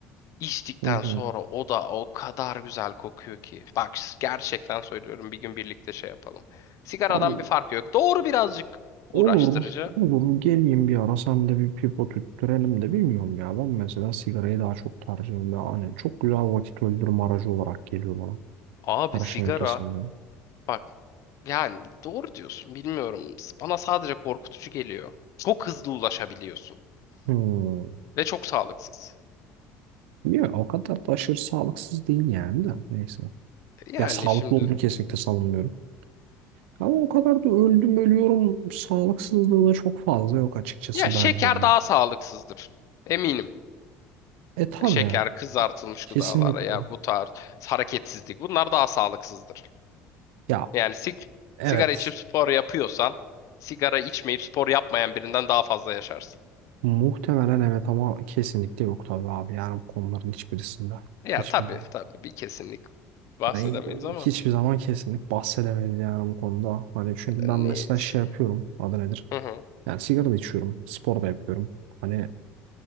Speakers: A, on the left; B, on the right.
A: İçtikten
B: hı. hı.
A: sonra o da o kadar güzel kokuyor ki. Bak gerçekten söylüyorum bir gün birlikte şey yapalım. Sigaradan
B: Abi
A: bir farkı yok. Doğru birazcık
B: Olur,
A: uğraştırıcı.
B: olur. Geleyim bir ara sen de bir pipo tüttürelim de bilmiyorum ya. Ben mesela sigarayı daha çok tercih ediyorum. Yani çok güzel vakit öldürme aracı olarak geliyor bana.
A: Abi
B: Her
A: sigara
B: şeyin ötesinden.
A: bak yani doğru diyorsun bilmiyorum. Bana sadece korkutucu geliyor. Çok hızlı ulaşabiliyorsun
B: Hmm.
A: ve çok sağlıksız.
B: Ya, o kadar da aşırı sağlıksız değil yani de. Neyse.
A: Yani
B: Ya sağlıklı
A: şimdi
B: olduğunu kesinlikle savunmuyorum. Ama o kadar da öldüm ölüyorum. Sağlıksızlığı da çok fazla yok açıkçası
A: ya şeker
B: bence.
A: daha sağlıksızdır. Eminim.
B: E tabii.
A: E, Şeker, kızartılmış
B: Kesinlikle.
A: gıdalar ya bu tarz hareketsizlik bunlar daha sağlıksızdır.
B: Ya
A: Yani sig-
B: evet.
A: sigara içip spor yapıyorsan sigara içmeyip spor yapmayan birinden daha fazla yaşarsın.
B: Muhtemelen evet ama kesinlikle yok tabii abi yani bu konuların hiçbirisinde.
A: Ya
B: Hiçbir,
A: tabii tabii bir kesinlik bahsedemeyiz
B: yani
A: ama
B: hiçbir zaman kesinlik bahsedemeyiz yani bu konuda. Hani çünkü ben
A: neyiz.
B: mesela şey yapıyorum adı nedir?
A: Hı hı.
B: Yani sigara da içiyorum, spor da yapıyorum. Hani